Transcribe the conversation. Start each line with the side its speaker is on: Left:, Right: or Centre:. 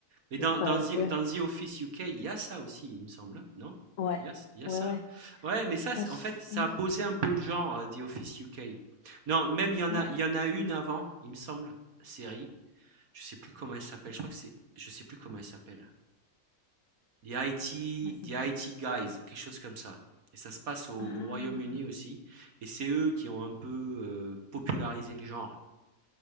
Right: Mais dans,
Left: euh, bah,
Right: dans, The,
Left: ouais,
Right: dans The Office UK, il y a ça aussi, il me semble, hein, non?
Left: ouais,
Right: Il y a, il y a
Left: ouais,
Right: ça.
Left: ouais.
Right: hein. Ouais, mais ça,
Left: Bah, je-
Right: en fait, ça
Left: ouais,
Right: a posé un peu le genre, euh, The Office UK. Non, même il y en
Left: ouais,
Right: a, il y en a une avant, il me semble, série. Je sais plus comment elle s'appelle. Je crois que c'est, je sais plus comment elle s'appelle. The IT,
Left: ouais, ça
Right: The
Left: me...
Right: IT Guys, ou quelque chose comme ça. Et ça se passe au, au
Left: Ah,
Right: Royaume-Uni aussi. Et c'est eux qui ont un peu euh, popularisé le genre.